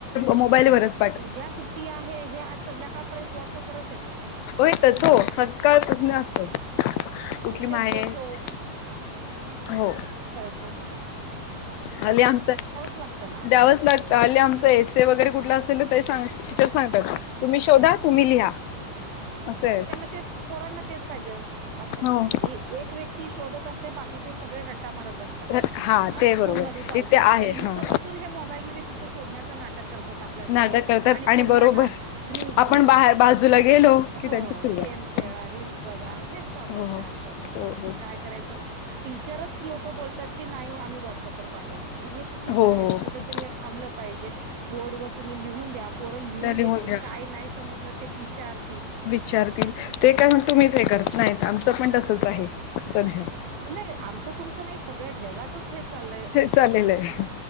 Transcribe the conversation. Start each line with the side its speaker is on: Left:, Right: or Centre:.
Left: मोबाईल वरच
Right: उद्या सुट्टी आहे हे आज संध्याकाळपर्यंत व्हॉट्सअपवरच येतंय
Left: हो येतच हो सकाळपासन असतोच कुठली
Right: प्रत्येक
Left: माहित
Right: गोष्ट
Left: हो
Right: च्
Left: आले आमचं
Right: लागतं ना आता
Left: द्यावच लागत. तर हल्ली आमचं येससे वगैरे कुठला असेल ना ते टीचर सांगतात तुम्ही शोधा, तुम्ही लिहा.
Right: हा
Left: असं आहे.
Right: त्यांना तेच पोरांना तेच पाहिजे अस
Left: हो.
Right: एक व्यक्ती शोधत असते बाकीचे सगळे रट्टा मारत असते
Left: तर
Right: हा
Left: ते
Right: स्कूलमध्ये
Left: बरोबर
Right: जाऊन
Left: इथे आहे
Right: पण इथं
Left: हा.
Right: बसून हे मोबाईल मध्ये फक्त शोधण्याचं नाटक करतात आपल्या समोर
Left: नाटक करतात
Right: आणि पुन्हा
Left: बरोबर
Right: हा रिल्स
Left: आपण
Right: बग
Left: बाहेर बाजूला गेलो की
Right: हो
Left: त्यांची सुरुवात
Right: गेम खेळा, रील्स बघा, हेच चालू
Left: हो
Right: असतं
Left: हो.
Right: आजकालच्या पोरांचं
Left: हो हो.
Right: काय करायचं? टीचरच लोकं बोलतात की नाही वो आम्ही व्हॉट्सअपवर पाठवतो मग हे चुकीचं
Left: हो
Right: आहे
Left: हो
Right: ना कुठ तरी हे थांबलं पाहिजे. बोर्डवर तुम्ही लिहून द्या पोरं लिहून
Left: त्या
Right: घेतील
Left: घ्या.
Right: काय नाही समजलं ते विचार
Left: विचारतील ते का तुम्हीच हे करत नाहीत आमचं पण तसच आहे सध्या
Right: नाही आमचं तुमचं नाही सगळ्या जगातच हेच चाललंय
Left: ते चाललेलं आहे